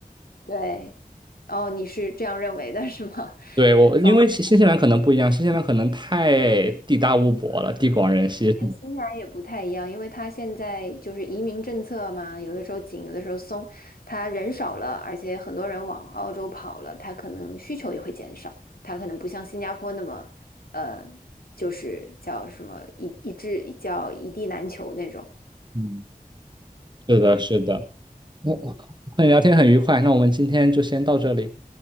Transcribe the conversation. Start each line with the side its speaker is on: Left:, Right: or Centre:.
Left: 对，哦，你是这样认为的是吗？
Right: 对我，
Left: <laughs>
Right: 因为新新西兰可能不一样，新西兰可能太地大物博了，地广人稀。
Left: 新西兰也不太一样，因为它现在就是移民政策嘛，有的时候紧，有的时候松。它人少了，而且很多人往澳洲跑了，它可能需求也会减少。它可能不像新加坡那么，呃，就是叫什么一一致叫一地难求那种。
Right: 嗯，是的，是的。我我和你 <laughs> 聊天很愉快，那我们今天就先到这里，